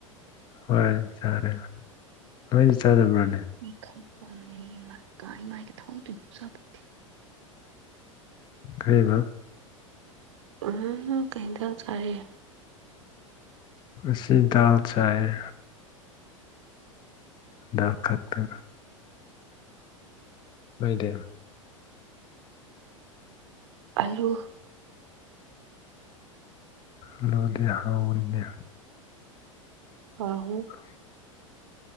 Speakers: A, on the left (about 25°); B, on the right (about 60°).
A: ꯍꯣꯏ ꯆꯥꯔꯦ ꯅꯣꯏꯗꯤ ꯆꯥꯗꯕ꯭ꯔꯥꯅꯦ꯫
B: <unintelligible>
A: ꯀꯩꯕ꯫
B: ꯎꯝ ꯀꯩ ꯍꯦꯟꯖꯥꯡ ꯆꯥꯏꯌꯦ꯫
A: ꯉꯁꯤ ꯗꯥꯜ ꯆꯥꯏꯌꯦ꯫ ꯗꯥꯜ ꯈꯛꯇ꯫ ꯅꯣꯏꯗꯤ꯫
B: ꯑꯜꯂꯨ꯫
A: ꯑꯜꯂꯨꯗꯤ ꯍꯥꯎꯕꯅꯤꯅꯦ꯫
B: ꯍꯥꯎꯋꯤ꯫
A: <unintelligible>